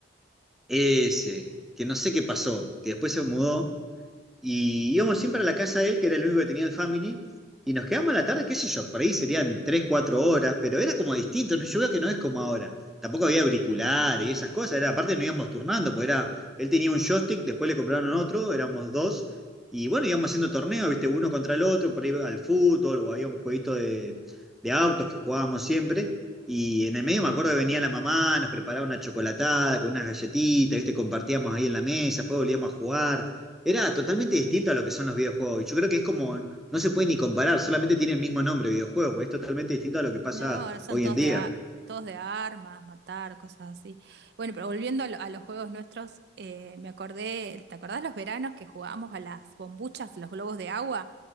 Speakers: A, in the centre; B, on the right.
A: ese, que no sé qué pasó, que después se mudó y íbamos siempre a la casa de él, que era el único que tenía el family, y nos quedamos a la tarde, qué sé yo, por ahí serían 3 4 horas, pero era como distinto, ¿no? yo veo que no es como ahora. Tampoco había auriculares y esas cosas, era, aparte nos íbamos turnando, porque era, él tenía un joystick, después le compraron otro, éramos dos, y bueno, íbamos haciendo torneos, viste, uno contra el otro, por ahí al fútbol, o había un jueguito de, de autos que jugábamos siempre. Y en el medio me acuerdo que venía la mamá, nos preparaba una chocolatada con unas galletitas, ¿viste? compartíamos ahí en la mesa, después volvíamos a jugar. Era totalmente distinto a lo que son los videojuegos. Y yo creo que es como, no se puede ni comparar, solamente tiene el mismo nombre, videojuego, porque es totalmente distinto a lo que pasa
B: No, ahora son
A: hoy
B: todos
A: en día.
B: de, a- todos de armas, matar, cosas así. Bueno, pero volviendo a, lo- a los juegos nuestros, eh, me acordé, ¿te acordás los veranos que jugábamos a las bombuchas, los globos de agua,